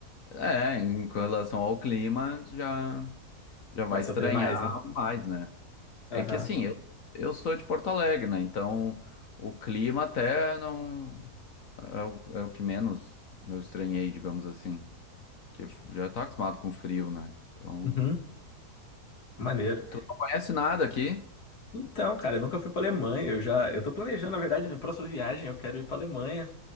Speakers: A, on the left (about 60°); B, on the left (about 85°).
A: É, em relação ao clima, já. Já vai
B: Vai sofrer
A: estranhar
B: mais, né?
A: mais, né?
B: Aham.
A: É que assim, eu, eu sou de Porto Alegre, né? Então o clima até não é o, é o que menos eu estranhei, digamos assim. Porque já tá acostumado com frio, né? Então.
B: Uhum. Maneiro.
A: Tu não conhece nada aqui?
B: Então, cara, eu nunca fui pra Alemanha. Eu já, eu tô planejando, na verdade, minha próxima viagem. Eu quero ir pra Alemanha.